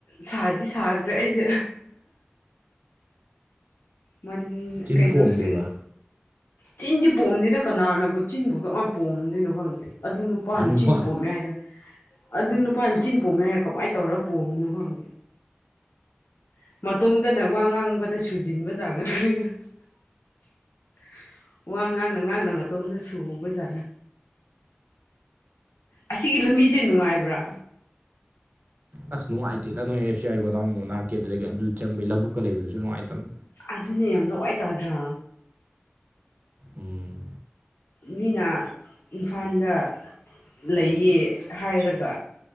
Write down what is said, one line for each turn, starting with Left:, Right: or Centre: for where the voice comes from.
Left: ꯁꯥꯗꯤ ꯁꯥꯒ꯭ꯔꯦ ꯑꯩꯖꯦ ꯃꯟ
Right: ꯆꯤꯟ
Left: ꯀꯩꯅꯣꯒꯤ
Right: ꯄꯣꯝꯗ꯭ꯔꯤꯕ
Left: ꯆꯤꯟꯗꯤ ꯄꯣꯝꯗꯦꯗ ꯀꯅꯥꯅꯕꯨ ꯆꯤꯟꯕꯨ ꯀꯃꯥꯏꯅ ꯄꯣꯝꯗꯣꯏꯅꯣ ꯈꯪꯗꯦ ꯑꯗꯨ ꯅꯨꯄꯥꯅ
Right: ꯅꯨꯄꯥ
Left: ꯆꯤꯟ ꯄꯣꯝꯃꯦ ꯍꯥꯏꯗ ꯑꯗꯨ ꯅꯨꯄꯥꯅ ꯆꯤꯟ ꯄꯣꯝꯃꯦꯞ ꯀꯃꯥꯏ ꯇꯧꯔ ꯄꯣꯝꯃꯤꯅꯣ ꯈꯪꯗꯦ <unintelligible> ꯋꯥ ꯉꯥꯡꯅ ꯉꯥꯡꯅ ꯃꯇꯣꯝꯗꯁꯨ ꯇꯨꯕꯖꯥꯠꯂ ꯑꯁꯤꯒꯤ ꯂꯝꯕꯤꯖꯦ ꯅꯨꯡꯉꯥꯏꯕ꯭ꯔꯥ
Right: ꯑꯁ ꯅꯨꯡꯉꯥꯏꯇꯦꯗ ꯅꯣꯏ ꯑꯦꯐ ꯁꯤ ꯑꯥꯏ ꯒꯣꯗꯥꯎꯟ ꯅꯥꯛꯀꯦꯗꯨꯗꯒꯤ ꯑꯗꯨ ꯆꯪꯕꯩ ꯂꯧꯕꯨꯛꯀ ꯂꯩꯕꯗꯨꯁꯨꯅꯨꯡꯉꯥꯏꯇꯕꯅꯤ
Left: ꯑꯗꯨꯅꯦ ꯌꯥꯝ ꯅꯋꯥꯏꯇꯥꯗ꯭ꯔꯥ
Right: ꯎꯝ
Left: ꯃꯤꯅꯥ ꯏꯝꯐꯥꯜꯗ ꯂꯩꯌꯦ ꯍꯥꯏꯔꯒ